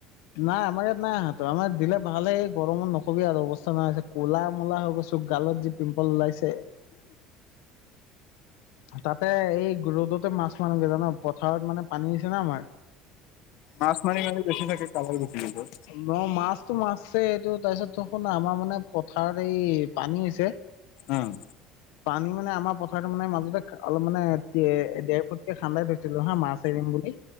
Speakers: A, on the left (about 80°); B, on the left (about 65°).
A: নাই আমাৰ ইয়াত নাই আহা আমাৰ দিলে ভাল হে গৰমত নকবি আৰু অৱস্থা নাইছে ক'লা মলা হৈ গৈছে চুক গালত যি পিম্পল ওলাইছে তাতে এই ৰ'দতে মাছ মাছ মৰোগে জানা পথাৰত মানে পানী আছে ন আমাৰ <inaudible>
B: মাছ মাৰি কেনে বেছি থাকে কালাৰ গুচি গ'ল তোৰ।
A: ন মাছতটো মাছছে এইটো তাৰপিছত দেখোন আমাৰ মানে পথাৰত এই পানী হৈছে
B: অ'
A: পানী মানে আমাৰ পথাৰত মানে মাজতে অলপ মানে দেৰ ফুটকে খান্ধাই গৈছিলোঁ হা মাছ এৰিম বুলি